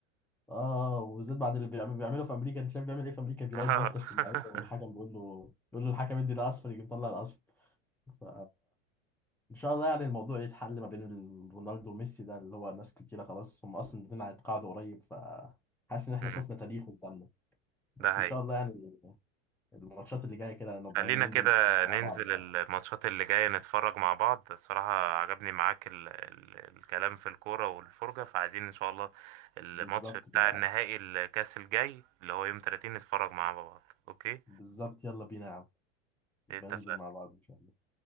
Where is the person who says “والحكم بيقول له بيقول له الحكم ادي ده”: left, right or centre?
Centre